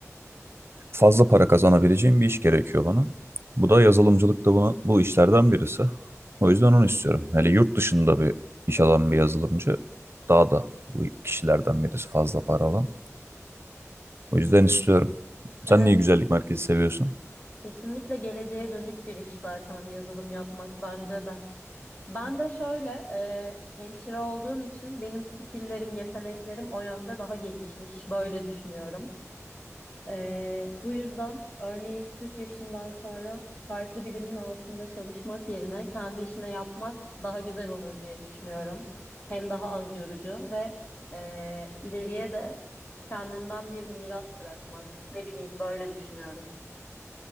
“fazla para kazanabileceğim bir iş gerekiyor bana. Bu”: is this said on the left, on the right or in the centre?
Right